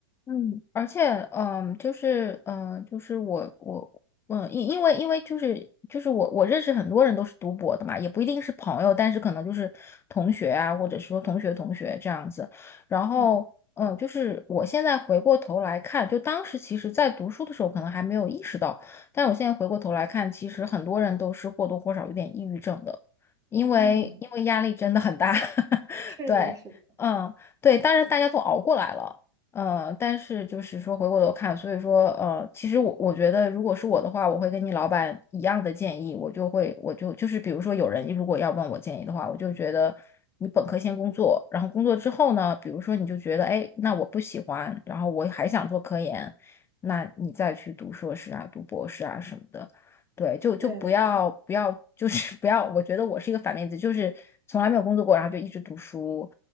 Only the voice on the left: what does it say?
嗯，而且，嗯，就是，嗯，就是我，我，嗯，因因为，因为就是就是我，我认识很多人都是读博的嘛，也不一定是朋友，但是可能就是同学啊，或者说同学同学这样子。然后，
嗯，就是我现在回过头来看，就当时其实在读书的时候可能还没有意识到，但我现在回过头来看，其实很多人都是或多或少有点抑郁症的，因为因为压力真的很大，
<laughs>
对，
嗯，对，当然大家都熬过来了。呃，但是就是说回过头看，所以说呃，其实我我觉得，如果是我的话，我会跟你老板一样的建议，我就会我就就是比如说有人如果要问我建议的话，我就觉得你本科先工作，然后工作之后呢，比如说你就觉得哎，那我不喜欢，然后我还想做科研，那你再去读硕士啊，读博士啊什么的，对，就就不要不要就是
<laughs> 不要，我觉得我是一个反面例子，就是从来没有工作过，然后就一直读书。